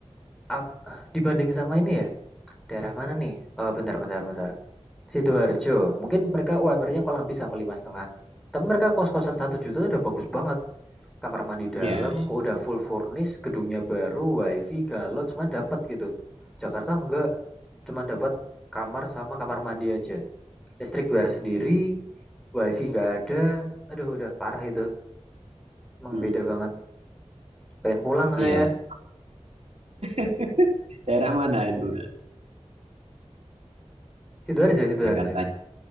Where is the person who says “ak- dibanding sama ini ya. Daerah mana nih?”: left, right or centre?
Centre